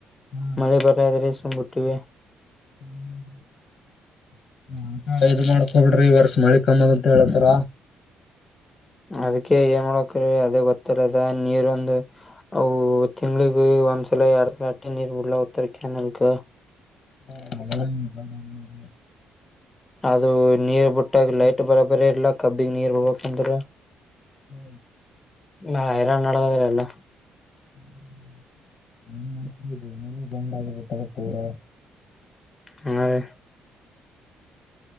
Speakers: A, on the left; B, on the left.
A: ಹಾ
B: ಮಳೆ ಬರ್ರೆ ಅದರಿ ಸುಮ್ಮ ಬಿಟ್ಟಿವಿ
A: <unintelligible> ಇದು ಮಾಡ್ಕೊ ಬಿಡ್ರಿ ಈ ವರ್ಷ ಮಳಿ ಕಮ್ಮದ ಅಂತ ಹೇಳಾತಾರ
B: ಅದಕ್ಕೆ ಏನ್ ಮಾಡಕ್ರೀ ಅದೇ ಗೊತ್ತಿಲ್ಲದ ನೀರ ಒಂದ ಅವು ತಿಂಗಳಿಗ ಒಂದ್ಸಲ ಯಾಡ ಸಲ ಅಟ ನೀರ ಬಿಡಲಾಕತ್ತೇವ ರಿ ಕಿನಾಲಕ
A: ಹ
B: ಅದು ನೀರ ಬಿಟ್ಟಾಗ ಲೈಟ್ ಬರಬರಿ ಇಲ್ಲ ಕಬ್ಬಿಗ ನೀರ ಬಿಡ್ಬೇಕಕ್ಂದ್ರ
A: ಹ್ಮ
B: ಬಾಳ ಹೈರಾಣ ನಾಡದಾದ ಎಲ್ಲಾ
A: <inaudible>
B: ಹಾ ರೀ